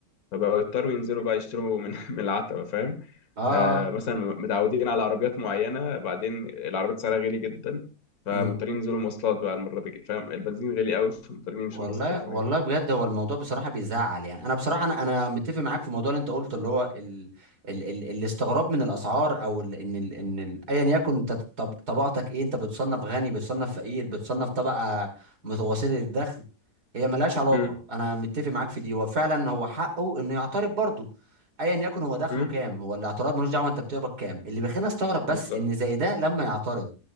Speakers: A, on the left; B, on the right.
A: فبقوا يضطروا ينزلوا بقى يشتروا من <laughs> من العتبة فاهم
B: اه
A: آه مثلا متعودين على عربيات معينة بعدين العربيات سعرها غالي جدا فمضطرين
B: اه
A: ينزلوا مواصلات بقى المرة دي فاهم البنزين غالي قوي فمضطرين يمشوا
B: والله
A: مواصلات وحاجات
B: والله
A: كده
B: بجد هو الموضوع بصراحه بيزعل يعني انا بصراحه انا انا متفق معاك في الموضوع اللي انت قلته اللي هو ال... ال... ال... الاستغراب من الاسعار او ال... ان ال... ان ال... ايا يكن انت طب... طبقتك ايه انت بتصنف غني بتصنف فقير بتصنف طبقه متوسطه الدخل هي ملهاش علاقه
A: امم
B: انا متفق معاك في دي وفعلا هو حقه انه يعترض برضه ايا يكن هو دخله
A: امم
B: كام هو الاعتراض ملوش دعوه انت بتقبض كام اللي بيخلينا استغرب بس
A: بالظبط
B: ان زي ده لما يعترض